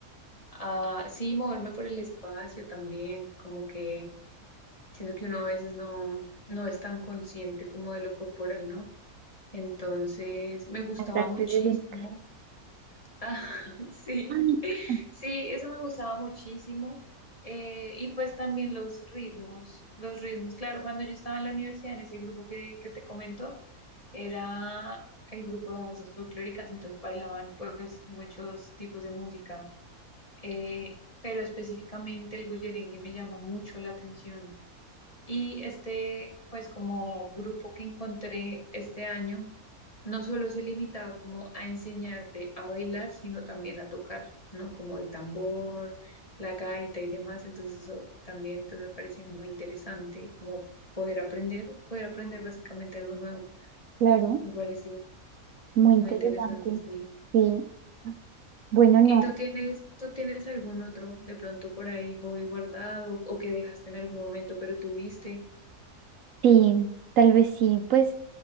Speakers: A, on the left; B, on the right.
A: a, sí, moverme por el espacio también, como que siento que uno a veces no, no es tan consciente como de lo corporal, ¿no? Entonces me gustaba
B: Las artes
A: muchísimo.
B: escénicas.
A: Ah, <laughs> sí,
B: Ah,
A: sí, eso me gustaba muchísimo. Eh, y pues también los ritmos, los ritmos. Claro, cuando yo estaba en la universidad, en ese grupo que, que te comento, era el grupo de danzas folclóricas, entonces bailaban pues muchos tipos de música. Eh, pero específicamente el bullerengue me llamó mucho la atención. Y este, pues como grupo que encontré este año no solo se limitaba como a enseñarte a bailar, sino también a tocar, ¿no? Como el tambor, la gaita y demás. Entonces eso también pues, me parecía muy interesante, como poder aprender, poder aprender básicamente algo nuevo.
B: Claro,
A: Me parece
B: muy interesante.
A: muy interesante, sí.
B: Sí. Bueno, no.
A: ¿Y tú tienes, tú tienes algún otro de pronto por ahí hobby guardado o que dejaste en algún momento pero tuviste?
B: Sí, tal vez sí. Pues